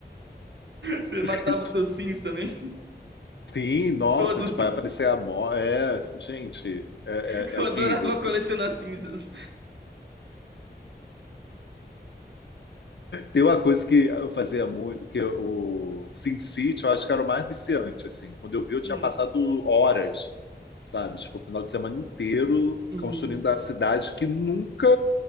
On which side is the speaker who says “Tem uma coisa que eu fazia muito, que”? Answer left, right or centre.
Left